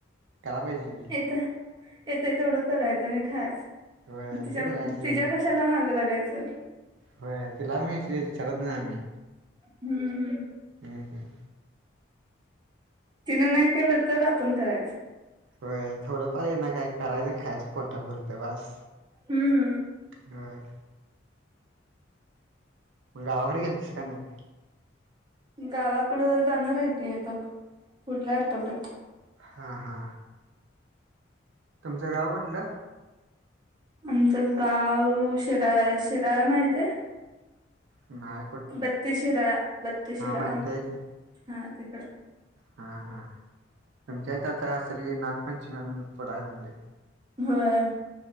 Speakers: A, on the right; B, on the right.
A: कराय पाहिजे की.
B: येतय तेवढं करायचं आणि खायच.
A: होय
B: तिच्या
A: तेच आहे की ते
B: तिच्या कशाला मागं लागायचं?
A: व्हय तिला मी <unintelligible> विचारात नाय आम्ही.
B: हम्म हम्म.
A: हम् हम्.
B: तिनं नाही केलं तर आपण करायचं.
A: व्हय थोडंफार ये ना काय करायचं खायचं पोटापुरतं बास.
B: हम्म.
A: व्हय, म गावाकड गेलेतीस का नाय?
B: गावाकडं जाणार आहे की आता पुढल्या आठवड्यात.
A: हा हा. तुमचं गाव कुठलं?
B: आमचं गाव शीराळ शिराळा माहितिये?
A: नाय.
B: बत्ती शिराळा बत्ती शिराळा
A: माहिती आहे की
B: हा तिकडं.
A: हा हा तुमच्या इथं आता असल की नागपंचमी अजून पुढ हाय अजून लय.
B: होय.